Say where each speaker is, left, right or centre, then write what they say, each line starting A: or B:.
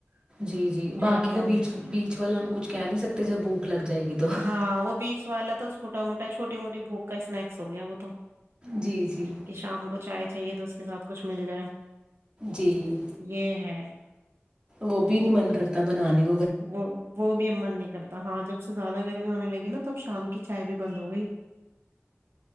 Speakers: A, on the right (about 65°); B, on the right (about 20°).
A: <unintelligible>
B: جی جی
A: پھر
B: باقی
A: اپنا
B: کا
A: وہ
B: بیچ بیچ والا ہم کچھ کہہ نہیں سکتے <unintelligible> <unintelligible> بھوک لگ جائے گی تو <unintelligible>
A: ہاں وہ بیچ والا تو چوا موٹا چوٹی موٹی بوک کا اس ن <unintelligible> ہو گیا وہ تو
B: جی جی
A: کہ شام کو چائے <unintelligible> چاہیے تو اس کے ساتھ کچھ مل جائے <unintelligible>
B: جی
A: یہ ہے <unintelligible>
B: وہ بھی نہیں من کرتا بنانے کا
A: وہ بہت <unintelligible> اب من نہیں کرتا ہاں جب سے زیادہ گرمی ہونے لگی نا تب شام کی چائے بھی بند ہو گئی <unintelligible>